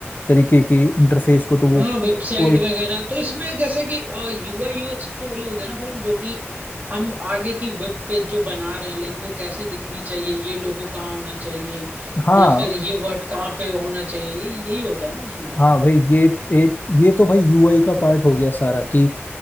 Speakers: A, on the left; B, on the right.
A: तरीके की इंटरफेस को तो
B: हाँ
A: वो
B: वेबसाइट
A: वो एक
B: वगैरह तो इसमें जैसे कि यूआई यूएक्स तो वही हो गया ना भाई कि जो कि हम आगे की वेब पेज जो बना रहे हैं लाइक वो कैसी दिखनी चाहिए ये लोगो कहाँ होना चाहिए
A: हाँ
B: या फिर ये वर्ड कहाँ पे होना चाहिए ये यही होता है ना उसमें
A: हाँ भाई ये ये ये तो भाई यूआई का पार्ट हो गया सारा कि